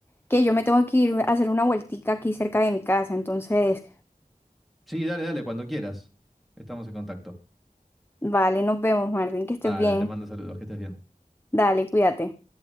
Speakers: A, on the left; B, in the centre.
A: que yo me tengo que ir a hacer una vueltica aquí cerca de mi casa. Entonces,
B: Sí, dale, dale, cuando quieras. Estamos en contacto.
A: vale, nos vemos, Martín, que estés
B: Dale,
A: bien.
B: te mando saludos, que estés bien.
A: Dale, cuídate.